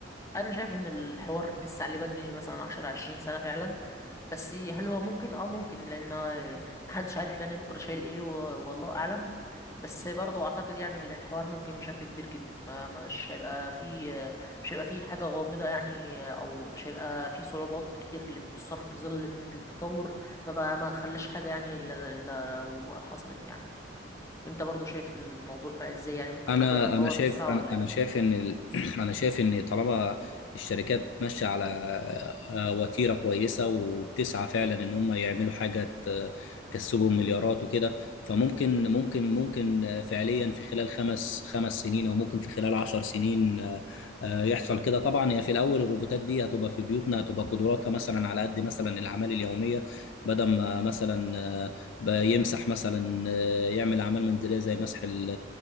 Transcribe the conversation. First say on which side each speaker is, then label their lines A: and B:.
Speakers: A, on the left (about 15°); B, on the left (about 70°).
A: انا شايف ان الحوار لسه عليه بدري مثلا عشرة عشرين سنة فعلا بس هل هو ممكن اه ممكن لان محدش عارف يعني بكرة شايل ايه و- والله اعلم بس برضو اعتقد يعني الحوار ممكن بشكل كبير جدا ما مش هيبقى في مش هيبقى في حاجة غامضة يعني او مش هيبقى في صعوبات كتير اللي- خصوصا في ظل ان التطور ما بقى ما خلاش حاجة يعني الا إلا لو حصلت يعني انت برضو شايف الموضوع ازاي يعني ممكن
B: انا
A: الموضوع يتطور
B: انا شايف
A: بسرعة
B: انا
A: ولا
B: أنا شايف ان ال... <clears throat> انا شايف ان طالما الشركات ماشيه على آه، وتيره كويسه وبتسعى فعلا ان هم يعملوا حاجه ت- تكسبهم مليارات وكده فممكن ممكن ممكن آه، فعليا في خلال خمس خمس سنين او ممكن في خلال عشر سنين آه، آه، يحصل كده طبعا هي في الاول الروبوتات دي هتبقى في بيوتنا هتبقى قدراتها مثلا على قد مثلا الاعمال اليوميه بدل ما مثلا آه، بيمسح مثلا آه، يعمل اعمال منزليه زي مسح ال